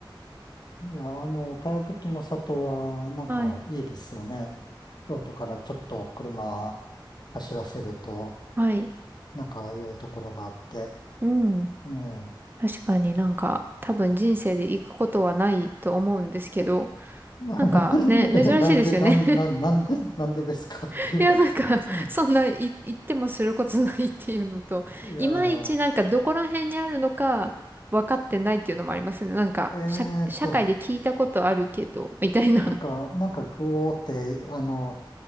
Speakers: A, on the left; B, on the right.
A: い、いや、あの、かやぶきの里は、なんか、
B: はい。
A: いいですよね。京都からちょっと車走らせると、
B: はい。
A: なんか、ああいうところがあって、
B: うん。
A: ええ
B: 確かになんか多分人生で行くことはないと思うんですけど、
A: <laughs>
B: なんかね、珍しいですよね。
A: え、なんで、なん、なん、なん、なんでですかっていう。
B: <laughs> いや、なんか、<laughs>
A: うん
B: そんない行ってもすることないっていうのと、
A: いやいや、
B: いまいちなんかどこら辺にあるのか分かってないっていうのもありますね。なんか、
A: えーと、
B: 社、社会で聞いたことあるけど、みたいな。
A: なんか、なんか、ぐおーって、あの、